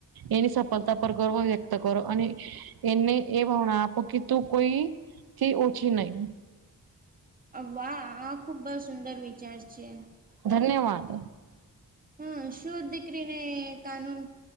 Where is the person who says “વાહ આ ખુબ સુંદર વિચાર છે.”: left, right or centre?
Right